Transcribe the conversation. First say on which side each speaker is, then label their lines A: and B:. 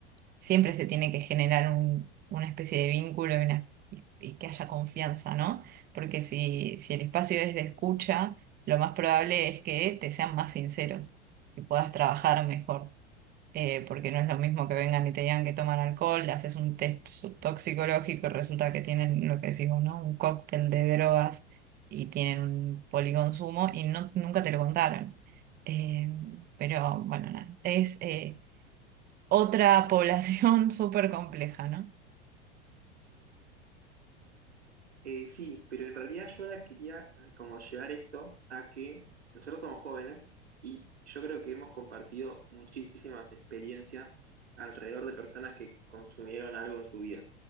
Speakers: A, on the right; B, on the right.
A: siempre se tiene que generar un- una especie de vínculo y, una- y- y que haya confianza, ¿no? Porque si, si el espacio es de escucha, lo más probable es que te sean más sinceros y puedas trabajar mejor eh, porque no es lo mismo que vengan y te digan que toman alcohol, le haces un test so- toxicológico y resulta que tienen lo que decimos, ¿no? Un cóctel de drogas y tienen un policonsumo y no, nunca te lo contaron. Eh, pero bueno, nada, es eh, otra población <laughs> súper compleja, ¿no?
B: Eh, sí, pero en realidad yo ahora quería eh, como llevar esto a que nosotros somos jóvenes y yo creo que hemos compartido muchísimas experiencias alrededor de personas que consumieron algo en su vida.